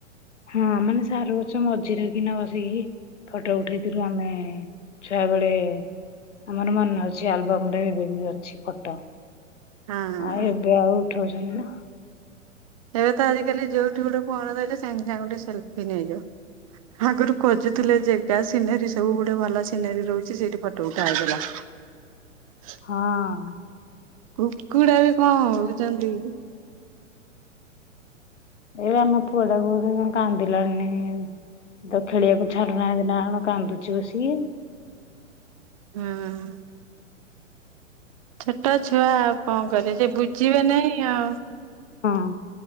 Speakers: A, on the left; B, on the right.
A: ହଁ ମାନେ ସାରୁ ଗଛ ମଝିରେ କିନା ବସିକି ଫଟୋ ଉଠେଇଥିଲୁ ଆମେ ଛୁଆ ବେଳେ। ଆମର ମନେ ଅଛି ଆଲବମ ରେ ଏବେ ବି ଅଛି ଫଟ।
B: ହଁ
A: ଆଉ ଏବେ ଆଉ ଉଠଉଛନ୍ତି।
B: ଏବେ ତ ଆଜିକାଲି ଯୋଉଠି ଗୋଟେ ଫୋନ ଧଇଲେ ସାଙ୍ଗେ ସାଙ୍ଗେ ଗୋଟେ ସେଲଫି ନେଇଯାଅ। ଆଗରୁ ଖୋଜୁଥିଲେ ଯେଗା ସିନେରୀ ସବୁ ଗୁଟେ ଭଲ ସିନେରୀ ରହୁଛି ସେଇଠି ଫଟୋ ଉଠା ହଉଥିଲା। <inaudible>
A: ହଁ।
B: କୁକୁଡ଼ା ବି କଣ ହଉଛନ୍ତି?
A: ଏଇ ବା ମୋ ପୁଅଟାକୁ କଉଠି କଣ କାନ୍ଦିଲାଣି <unintelligible> ତ ଖେଳିଆକୁ ଛାଡୁନାହାନ୍ତି ନାଆଣ କାନ୍ଦୁଚି ବସିକି ଆଉ।
B: ହୁଁ। ଛୋଟ ଛୁଆ ଆଉ କଣ କରିବ ସେ ବୁଝିବେ ନେଇଁ ଆଉ।
A: ହଁ